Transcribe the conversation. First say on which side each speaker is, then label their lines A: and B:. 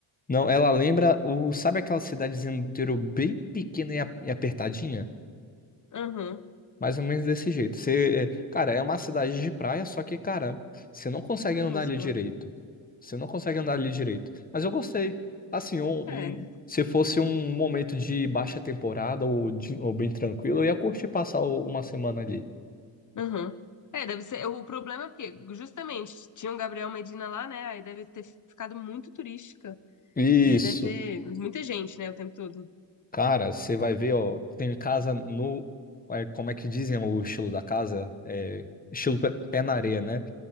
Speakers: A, on the left; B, on the left.
A: Não, ela lembra o. Sabe aquela cidadezinha no interior bem pequena e a- e apertadinha?
B: Aham,
A: Mais ou menos desse jeito. Você, cara, é uma cidade de praia, só que, cara, você não consegue
B: minúscula.
A: andar ali direito. Você não consegue andar ali direito. Mas eu gostei. Assim, um-
B: É.
A: um- se fosse um momento de baixa temporada ou, de- ou bem tranquilo, eu ia curtir passar o- uma semana ali.
B: Aham. É, deve ser. O problema é porque, justamente, tinha um Gabriel Medina lá, né? Aí deve ter ficado muito turística.
A: Isso.
B: E aí deve ter muita gente, né, o tempo todo.
A: Cara, você vai ver, ó, tem casa no. é, como é que dizem o estilo da casa? É, estilo pé, pé na areia, né?